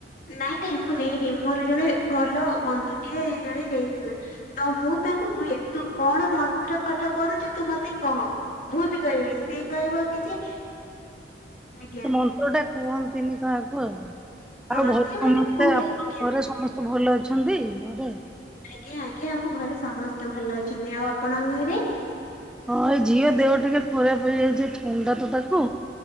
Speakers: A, on the left (about 50°); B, in the centre.
A: ନାଇଁ ନାଇଁ ମୁଁ ନେଇନି ମୋର ଜଣେ ଭଲ ବନ୍ଧୁ ଟିଏ ଜଣେ ନେଇ ଥିଲା। ତ ମୁଁ ତାକୁ କୁହେ ତୁ କଣ ମନ୍ତ୍ର ପାଠ କରୁଛୁ ତୁ ମତେ କହ। ମୁଁ ବି କହିବି ସିଏ କହିବ କି ଯେ ଆଜ୍ଞା।
B: ସେ ମନ୍ତ୍ର ଟା କୁହନ୍ତିନି କାହାକୁ ଆଉ।
A: ହଁ
B: ଆଉ ଘରେ
A: ସିଏ
B: ସମସ୍ତେ
A: ମତେ କୁହେ
B: ଆପଣଙ୍କ
A: ଟିକେ
B: ଘରେ
A: ବି,
B: ସମସ୍ତେ ଭଲ ଅ ଅଛନ୍ତି ଘରେ।
A: ଆଜ୍ଞା ଆଜ୍ଞା ଆମ ଘରେ ସମସ୍ତେ ଭଲ ଅଛନ୍ତି। ଆଉ ଆପଣଙ୍କ ଘରେ?
B: ହଁ ଏଇ ଝିଅ ଦେହ ଟିକେ ଖରାପ ହେଇଯାଇଛି ଥଣ୍ଡା ତ ତାକୁ।